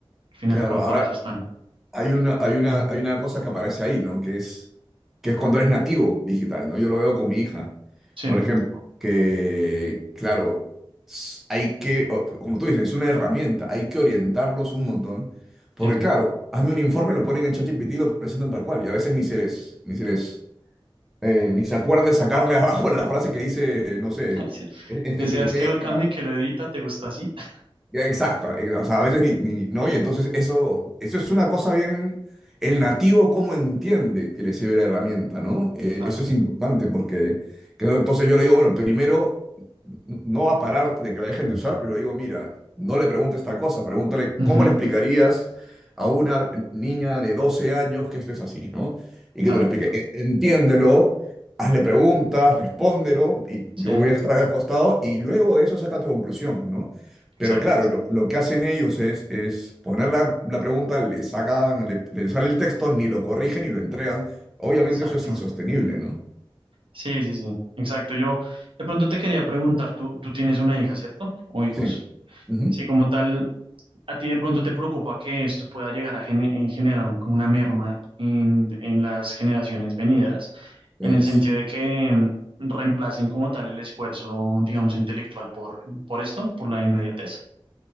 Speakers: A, on the right; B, in the centre.
A: Al fin
B: Claro,
A: y al cabo,
B: ahora,
A: para eso están.
B: Hay una, hay una, hay una cosa que aparece ahí, ¿no? Que es, que es cuando eres nativo digital, ¿no? Yo lo veo con mi hija,
A: Sí,
B: por ejemplo, que, claro, s- hay que, o- como tú dices, es una herramienta, hay que orientarlos un montón, porque
A: sí. <laughs>
B: claro, hazme un informe, lo ponen en ChatGPT y lo presentan tal cual, y a veces ni se les, ni se les, eh, ni se acuerdan de sacarle <laughs> abajo la frase que dice, eh, no sé,
A: Sí.
B: e- esta
A: ¿Deseas
B: inteligencia.
A: que lo cambie, que lo edita? ¿Te gustó así? <laughs>
B: Ya, Exacto, eh, o sea, a veces ni, ni- ¿no? Y entonces eso, eso es una cosa bien, el nativo cómo entiende que le sirve la herramienta, ¿no? Eh,
A: Claro.
B: eso es importante porque, que no- entonces yo le digo, bueno, primero no va a parar de que la dejen de usar, pero digo, mira, no le preguntes tal cosa, pregúntale
A: Ujú,
B: cómo le explicarías a una niña de 12 años que esto es así, ¿no? Y
A: Claro,
B: que te lo explique. E- Entiéndelo, hazle preguntas, respóndelo, y
A: sí,
B: yo voy a estar acá al costado, y luego de eso saca tu conclusión, ¿no?
A: exacto,
B: Pero claro, lo, lo que hacen ellos es, es poner la, la pregunta, le sacan, le, le sale el texto, ni lo corrigen ni lo entregan. Obviamente
A: exacto.
B: eso es insostenible, ¿no?
A: Sí, sí, sí, exacto. Yo de pronto te quería preguntar, tú, tú tienes una hija, ¿cierto? O hijos.
B: Sí. Ujú.
A: Sí, como tal. ¿A ti de pronto te preocupa que esto pueda llegar a gene- eh, generar un- como una merma en, en las generaciones venideras? En
B: Eh,
A: el sentido
B: sí.
A: de que mm, reemplacen como tal el esfuerzo, digamos, intelectual por, por esto, por la inmediatez.